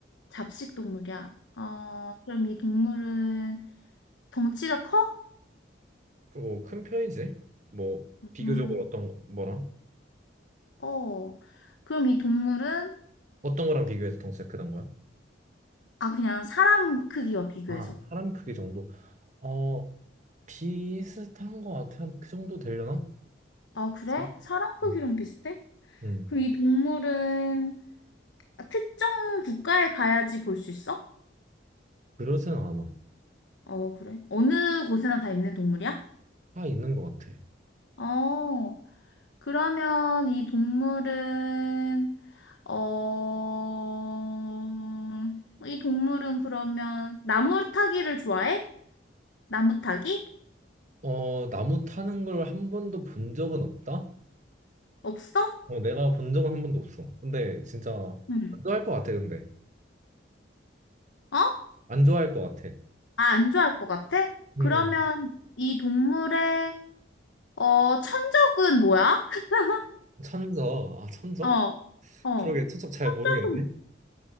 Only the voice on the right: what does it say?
뭐 큰 편이지. 뭐 비교적으로
어떤 뭐랑
어떤 거랑 비교해서 덩치가 크단 거야?
아, 사람 크기 정도. 어, 비슷한 거 같아. 한 그 정도 되려나?
글쎄.
음.
음.
그러진 않아.
다 있는 거 같아.
어, 나무 타는 걸 한 번도 본 적은 없다?
어, 내가 본 적은 한 번도 없어. 근데 진짜
안 좋아할 것 같아, 근데.
안 좋아할 것 같아.
음,
천적. 아, 천적?
그러게, 천적 잘
모르겠네.